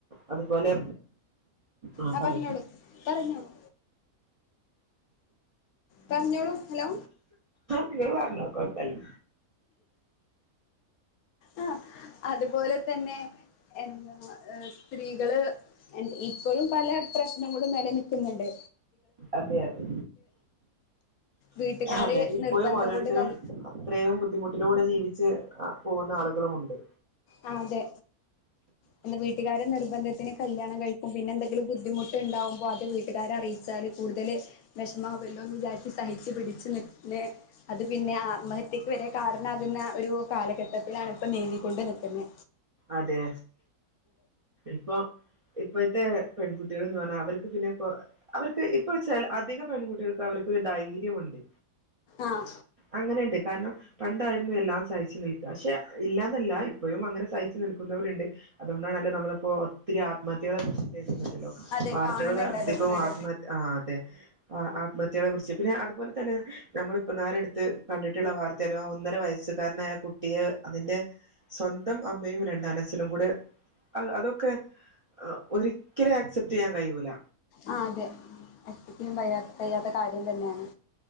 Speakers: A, on the right; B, on the left.
A: അതുപോലെ ആ
B: ആഹ്
A: പറയൂ
B: പറഞ്ഞോളൂ പറഞ്ഞോളൂ പറഞ്ഞോളൂ ഹലോ
A: നിങ്ങൾ പറഞ്ഞാേ കാെഴ് പറയൂ
B: ആ അത്പോലെ തന്നെ എന്താ ഏ സ്ത്രീകള് എ ഇപ്പഴും പല പ്രശ്നങ്ങളും നെലനിൽ തിന്ന്ണ്ട്
A: അതെ അതെ
B: വീട്ടുകാര്
A: അതെ ഇപ്പഴും
B: നിർബന്ധം
A: ഓരോരുത്തരും
B: കൊണ്ട് കൽ
A: അത്രയും ബുദ്ധിമുട്ടിലൂടെ ജീവിച്ച് അ പോകുന്ന ആളുകളുമുണ്ട്
B: ആ അതെ എന്നാ വീട്ടുകാര് നിർ നിബന്ധത്തിന് കല്യാണം കഴിക്കും പിന്നെ എന്തെങ്കിലും ബുദ്ധിമുട്ട് ഉണ്ടാകുമ്പോൾ അത് വീട്ടുകാരെ അറിയിച്ചാൽ കൂടുതൽ വിഷമാവല്ലോ വിചാരിച്ച് സഹിച്ചു പിട്ച് നിന്ന് അത് പിന്നെ ആത്മഹത്യക്ക് വരെ കാരണാകുന്ന ഒരു കാലഘട്ടത്തിലാണ് ഇപ്പോ നീങ്ങികൊണ്ട് നിക്കുന്നത് പിന്നെ
A: അതെ ഇപ്പൊ ഇപ്പഴത്തെ പെൺകുട്ടികള് കാണാ അവർക്ക് പിന്നെ കൊ അവർക്ക് ഇപ്പ വെച്ചാൽ അധിക പെൺകുട്ടികൾക്ക് അവർ ഒര് ധൈര്യമുണ്ട്
B: ആ
A: അങ്ങനെണ്ട് കാരണം പണ്ടായിര്ന്നു എല്ലാം സഹിച്ചു നിൽക്ക പക്ഷെ ഇല്ലാന്നല്ല ഇപ്പഴുംഅങ്ങനെ സഹ് നിൽകുന്നവരുണ്ട് അതുകൊണ്ടണല്ലോ നമ്മളിപ്പോ ഒത്തിരി ആത്മഹത്യകളെ കുറിച് ല്ലോ
B: അതെ
A: വാർത്തകൾ
B: കാണുന്നുണ്ടല്ലോ
A: അധികം
B: ഇപ്പൊ നല്ല
A: ആത്മത് ആ അതെ ആത്മ ട്ട്യേളെ കുർച്ച് പിന്നെ അതുപോലെ തന്നെ നമ്മളിപ്പൊന്നാരെട്ത്ത് കണ്ടിട്ടുള്ള വാർത്തയരുന്നു ഒന്നര വയസ്സുകാരനായ കുട്ടിയെ അതിന്റെ സ്വന്തം അമ്മ അമ്മയും രണ്ടനഛനും കൂടെ അഹ് അതൊക്കെ ഒരിക്കലും ആക്സെപ്റ്റെയ്യാൻ കഴിയൂല
B: ആ അതെ ഒറ്റക്കും പയ പയ്യാത്ത കാര്യം തന്നെയാണ്